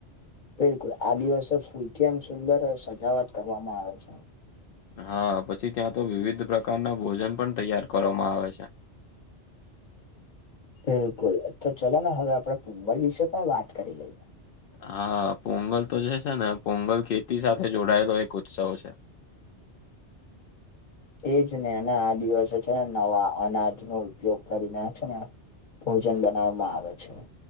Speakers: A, on the left; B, on the left.
A: બિલકુલ આ દિવસે ફૂલથી આમ સુંદર સજાવાટ કરવામાં આવે છે.
B: હ પછી ત્યાં તો વિવિધ પ્રકારના ભોજન પણ તૈયાર કરવામાં આવે છે.
A: બિલકુલ તો ચલો ને હવે આપણે પોગલ વિશે પણ વાત કરી લઈએ
B: હા પોંગલ તો જે છે, ને પોંગલ ખેતી સાથે જોડાયેલો એક ઉત્સવ છે.
A: એજ ને અને આ દિવસે છે, ને નવા અનાજનો ઉપયોગ કરીને છે, ને ભોજન બનાવવામાં આવે છે.